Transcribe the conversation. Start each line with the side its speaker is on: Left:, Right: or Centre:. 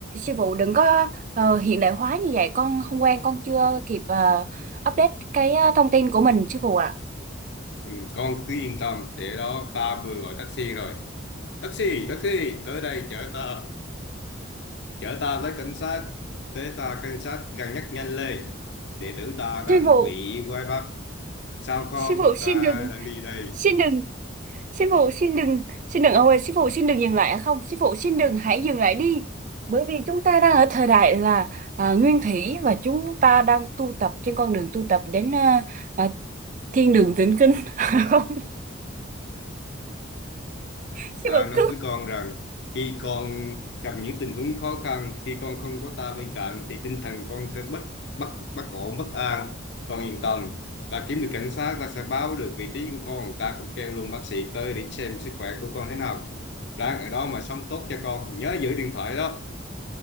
Right: Sư phụ đừng có ờ, hiện đại hóa như vậy, con không quen, con chưa kịp ờ, update cái ờ, thông tin của mình sư phụ ạ.
Left: Ừ, con cứ yên tâm, để đó ta vừa gọi taxi rồi. Taxi, taxi, tới đây chở ta, chở ta tới cảnh sát, tới ta cảnh sát gần nhất nhanh lên. Đệ tử ta đang
Right: Sư phụ,
Left: bị quay bắt. Sao con,
Right: sư phụ xin
Left: ta
Right: đừng
Left: đang đi đây.
Right: xin đừng Sư phụ xin đừng, xin đừng ông ơi, sư phụ xin đừng dừng lại ạ không? Sư phụ xin đừng hãy dừng lại đi. Bởi vì chúng ta đang ở thời đại là à, nguyên thủy và chúng ta đang tu tập trên con đường tu tập đến à, à, thiên đường tịnh kinh. <laughs> Không, sư
Left: Ta
Right: phụ
Left: nói với con rằng khi con gặp những tình huống khó khăn, khi con không có ta bên cạnh thì tinh thần con sẽ bất bất bất ổn, bất an. Con yên tâm, ta kiếm được cảnh sát, ta sẽ báo được vị trí của con, ta cũng kêu luôn bác sĩ tới để xem sức khỏe của con thế nào. Ráng ở đó mà sống tốt cho con, nhớ giữ điện thoại đó.